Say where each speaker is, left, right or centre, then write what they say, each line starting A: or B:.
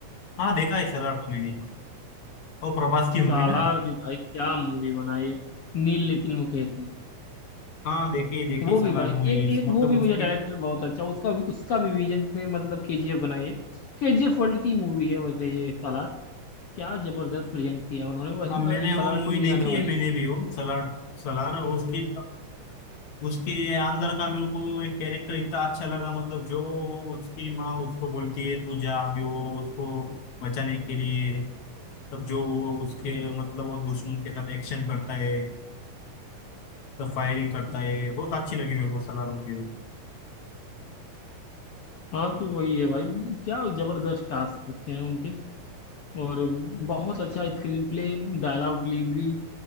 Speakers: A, on the left; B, on the left.
A: हाँ देखा है सलार तो मैंने वो प्रभास की
B: सालार
A: मूवी ना
B: भी भाई क्या मूवी बनाई है नील नितिन मुकेश ने
A: हाँ देखी देखी
B: वो
A: सलार
B: भी भाई
A: मूवी
B: एक एक
A: मतलब
B: वो भी
A: उसकी
B: मुझे डायरेक्टर बहुत अच्छा उसका भी उसका भी विजन ने मतलब केजीएफ बनाई है केजीएफ वर्ल्ड की मूवी है वैसे ये सालार क्या जबरदस्त प्रेजेंट किया उन्होंने वैसे
A: हाँ मैंने वो
B: सलार
A: मूवी
B: टू भी
A: देखी
B: आने
A: है
B: वाली
A: मैंने
B: है
A: भी वो सलार सलार उसकी उसके अंदर का मेरे को एक कैरेक्टर इतना अच्छा लगा मतलब जो उसकी माँ उसको बोलती है तू जा अभी वो उसको बचाने के लिए तब जो वो उसके मतलब वो दुश्मन के साथ एक्शन करता है तब फायरिंग करता है बहुत अच्छी लगी मेरे को सलार मूवी
B: हाँ तो वही है भाई क्या जबरदस्त टास्क होते हैं उनके और बहुत अच्छा स्क्रीन प्ले डायलॉग डिलीवरी